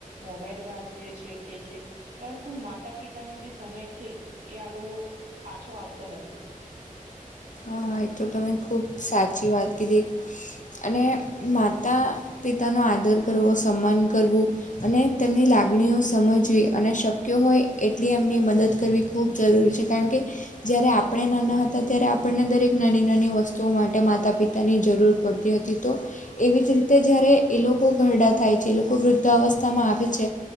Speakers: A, on the right; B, on the left.
A: મોબાઈલ રાહ જોઈ શ છેએ પરંતુ માતા પિતાનો જે સમય છે, એ આપણો પાછો આવતો નથી.
B: હા એ તો તમે ખૂબ સાચી વાત કેીધે અને માતા પિતાનો આદર કરવો સન્માન કરવું અને તેમની લાગણીઓ સમજવી અને શક્ય હોય એટલી એમની મદદ કરવી ખૂબ જરૂરી છે કારણ કે જ્યારે આપણે નાના હતા ત્યારે આપણને દરેક નાની નાની વસ્તુઓ માટે માતા પિતાની જરૂર પડતી હતી તો એવી જ રીતે જ્યારે એ લોકો ઘરડા થાય છે એ લોકો વૃદ્ધાવસ્થામાં આવે છે